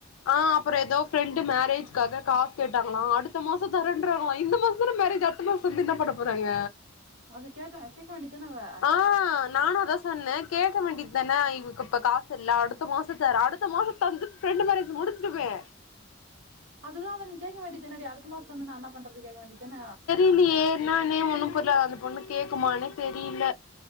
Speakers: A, on the left; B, on the right.
A: ஆ அப்புற எதோ ஃபிரெண்டு மேரேஜ்காக காஸ் கேட்டாங்குளா அடுத்த மாச தரேன்றாங்களா இந்த மாஸ்ந்தான மேரேஜ் அட் த்த மாஸ் தந்து இன்ன பண்ண போறாங்க
B: அது கேட்ட கேக்க வேண்டிதுதான அவ
A: ஆ நானு அதா சொன்ன கேக்க வேண்டிதான இவுக்கு இப்ப காசில்ல அடுத்த மாசதர அடு த்த மாசு தந்து பிரெண்டு மேரேஜ் முடிஞ்டுமே
B: அதுதா அதன் கேக்க வேண்டிதானடி அடுத்த மாஸ்தந்து நா என்ன பண்றது கேக்க வேண்டிதான
A: இனி என்னானே ஒன்னு புர்ல அந்த பொண்ணு கேக்குமானே தெரில